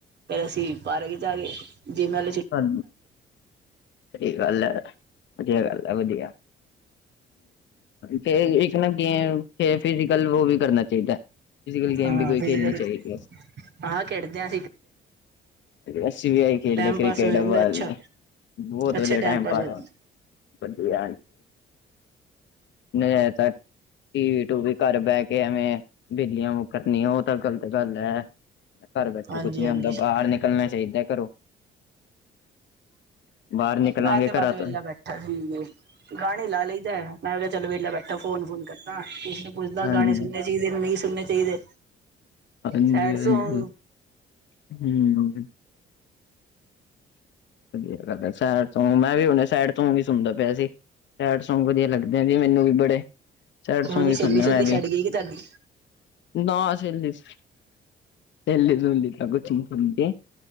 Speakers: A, on the right; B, on the left.
A: ਫੇਰ ਅਸੀਂ ਪਾਰਕ ਚ ਆ ਗਏ ਜੇ ਮੈ
B: ਹਾਂ, ਸਹੀ ਗੱਲ ਹੈ ਵਧੀਆ ਗੱਲ ਹੈ ਵਧੀਆ ਫੇਰ ਇੱਕ ਨਾ ਗਿਆ ਫਿਜੀਕਲ ਉਹ ਵੀ ਕਰਨਾ ਚਾਹੀਦਾ ਫਿਜ਼ਕਲ ਗੇਮ
A: ਹਾਂ
B: ਵੀ ਕੋਈ
A: ਫਿਜ਼ਕਲ
B: ਖੇਲਣੀ ਚਾਹੀਦੀ ਹੈ
A: ਹਾਂ ਖੇਡਦੇ ਆ
B: ਅਸੀ ਵੀ ਇਹੀ ਖੇਲ
A: ਟਾਈਮ
B: ਕ੍ਰ
A: ਪਾਸ ਹੋ ਜਾਂਦਾ
B: ਡਵੱਲ
A: ਅੱਛਾ
B: ਬਹੁਤ
A: ਅੱਛਾ
B: ਵਧੀਆ ਟਾਈਮ ਪਾਸ
A: ਹੋ ਜਾਂਦਾ
B: ਹੈ ਵਧੀਆ ਨਹੀਂ ਇਹ ਤਾਂ ਟੀ ਟੂਵੀ ਘਰ ਬਹਿ ਕੇ ਐਵੇਂ ਬਿੱਲੀਆਂ ਮੁੱਕਰਨੀਆਂ ਉਹ ਤਾਂ ਗ਼ਲਤ ਗੱਲ ਹੈ ਘਰ ਬੈਠੇ
A: ਹਾਂਜੀ
B: ਕੁਛ ਨੀ
A: ਹਾਂਜੀ
B: ਹੁੰਦਾ ਬਾਹਰ ਨਿਕਲਣਾ ਚਾਹੀਦਾ ਘਰੋਂ ਬਾਹਰ ਨਿਕਲਾਂਗੇ
A: ਮੈਂ ਤੇ ਬਸ
B: ਘਰਾਂ
A: ਵੇਹਲਾ
B: ਤੋਂ
A: ਬੈ ਅੱਛਾ ਠੀਕ ਗਾਣੇ ਲਾ ਲਈ ਦਾ ਮੈਂ ਕਿਹਾ ਚਲੋ ਵੇਲ ਬੈਠਾ ਫੋਨ ਫੋਨ ਕਰਤਾ ਪੁੱਛਦਾ
B: ਹਾਂਜੀ
A: ਗਾਣੇ ਸੁਣਨੇ ਚਾਹੀਦੇ ਨਹੀਂ ਸੁਣਨੇ ਚਾਹੀਦੇ
B: ਹਾਂਜੀ
A: ਸੈਡ
B: ਹੈਗਾ
A: ਸੌਂਗ
B: <unintelligible> ਵਧੀਆ ਗੱਲ ਸੁਣਦਾ ਵੀ ਉਹਨੇ ਸਾਈਡ ਸੋਂਗ ਵੀ ਸੁਣਦਾ ਪਿਆ ਸੀ ਸੈਡ ਸੌਗ ਵਧੀਆ ਲੱਗਦੇ ਜ ਮੈਨੂੰ ਵੀ ਬੜੇ ਸੈਡ
A: ਇਹੋ
B: ਸੋਂਗ
A: ਜਿਹੀ
B: ਵੀ
A: ਸਹੇਲੀ
B: ਸੁਣਨਾ
A: ਸੁਹਲੀ
B: ਮੈਂ ਵਿ
A: ਛੱਡ ਗਈ ਕਿ ਤੁਹਾਡੀ
B: ਨਾ ਸੀ ਲਿਸਟ ਲਿਸਟ ਸੁਣ ਲ ਕੁਛ ਨੀ ਸੁਣਦੇ